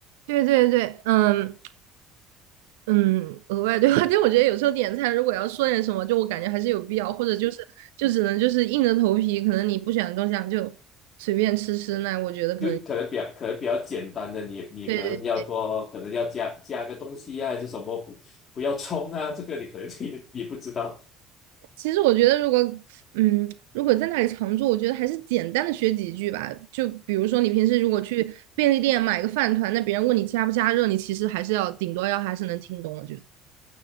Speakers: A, on the right; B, on the left.
A: 对对对，嗯嗯，额外对话，<laughs> 但我觉得有时候点菜如果要说点什么，就我感觉还是有必要，或者就是就只能就是硬着头皮，可能你不喜欢的东西啊就随便吃吃，那我觉得可能
B: 就可能比较可能比较简单的，你你可能要说可能要加加个东西啊，
A: 对对
B: 还是什么不不要冲啊，这个你可能 <laughs> 你你不知道。
A: 其实我觉得，如果嗯，如果在那里常住，我觉得还是简单的学几句吧。就比如说，你平时如果去便利店买个饭团，那别人问你加不加热，你其实还是要顶多要还是能听懂。我觉得，